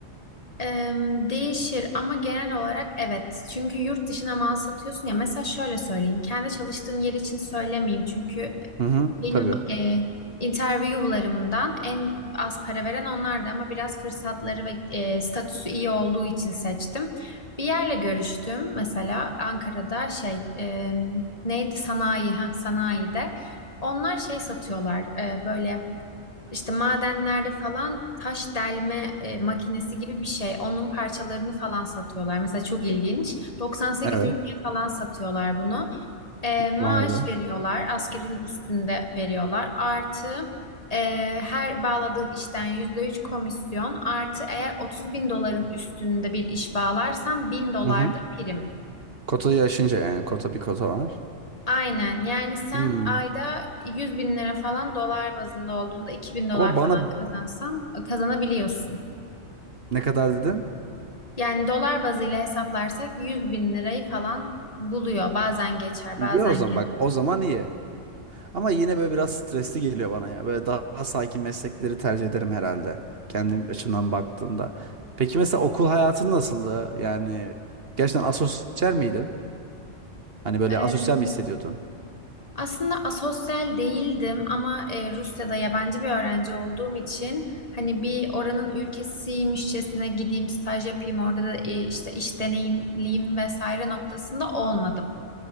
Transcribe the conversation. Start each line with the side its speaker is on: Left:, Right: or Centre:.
Left: Ee, değişir ama genel olarak evet. Çünkü yurt dışına mal satıyorsun ya. Mesela şöyle söyleyeyim. Kendi çalıştığım yer için söylemeyeyim. Çünkü
Right: Hı hı.
Left: Benim
Right: Tabii.
Left: e, interview'larımdan en az para veren onlardı ama biraz fırsatları ve e, statüsü iyi olduğu için seçtim. Bir yerle görüştüm mesela Ankara'da şey e, neydi sanayi ha sanayide. Onlar şey satıyorlar e, böyle. İşte madenlerde falan taş delme e, makinesi gibi bir şey. Onun parçalarını falan satıyorlar. Mesela çok ilginç. 98
Right: Evet.
Left: ülkeye falan satıyorlar bunu. E, maaş
Right: Vay be.
Left: veriyorlar. Askerin üstünde veriyorlar. Artı e, her bağladığın işten %3 komisyon. Artı eğer 30 bin doların üstünde bir iş bağlarsan bin dolar
Right: Hı hı.
Left: da prim.
Right: Kotayı aşınca yani. Kota bir kota var.
Left: Aynen yani sen
Right: Hmm.
Left: ayda yüz bin lira falan dolar bazında olduğunda 2000 dolar
Right: Ama
Left: falan
Right: bana
Left: kazansan kazanabiliyorsun.
Right: Ne kadar dedin?
Left: Yani dolar bazıyla hesaplarsak 100 bin lirayı falan buluyor. Bazen geçer,
Right: İyi
Left: bazen
Right: o zaman
Left: geliyor.
Right: bak o zaman iyi. Ama yine böyle biraz stresli geliyor bana ya. Böyle daha sakin meslekleri tercih ederim herhalde. Kendim açımdan baktığımda. Peki mesela okul hayatın nasıldı? Yani gerçekten asosyal miydin? Hani böyle
Left: Ee,
Right: asosyal mi hissediyordun?
Left: Aslında asosyal değildim ama e, Rusya'da yabancı bir öğrenci olduğum için hani bir oranın ülkesiymişçesine gideyim staj yapayım orada da e, işte iş deneyimliyim vesaire noktasında olmadı